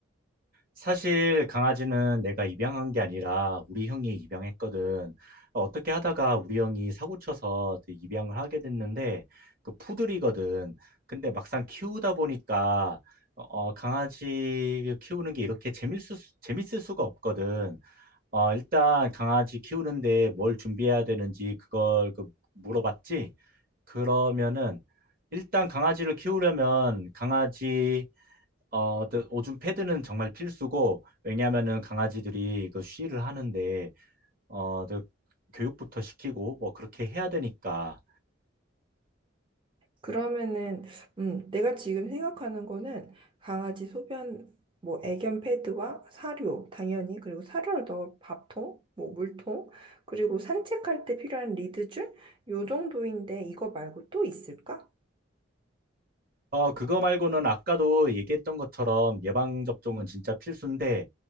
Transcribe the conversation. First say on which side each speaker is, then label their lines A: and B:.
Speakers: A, on the right (about 50°); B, on the right (about 25°).
A: 사실 강아지는 내가 입양한 게 아니라 우리 형이 입양했거든. 어떻게 하다가 우리 형이 사고 쳐서 그 입양을 하게 됐는데 그 푸들이거든. 근데 막상 키우다 보니까 어, 강아지 키우는 게 이렇게 재밌을, 수- 재밌을 수가 없거든. 어, 일단 강아지 키우는데 뭘 준비해야 되는지 그걸 그 물어봤지? 그러면은 일단 강아지를 키우려면 강아지 어, 또 오줌 패드는 정말 필수고, 왜냐면은 하 강아지들이 그 쉬를 하는데, 어, 또 교육부터 시키고, 뭐 그렇게 해야 되니까.
B: 그러면은 음, 내가 지금 생각하는 거는 강아지 소변 뭐 애견 패드와 사료 당연히 그리고 사료를 넣을 밥통 뭐 물통 그리고 산책할 때 필요한 리드줄 요 정도인데 이거 말고 또 있을까?
A: 어, 그거 말고는 아까도 얘기했던 것처럼 예방접종은 진짜 필수인데,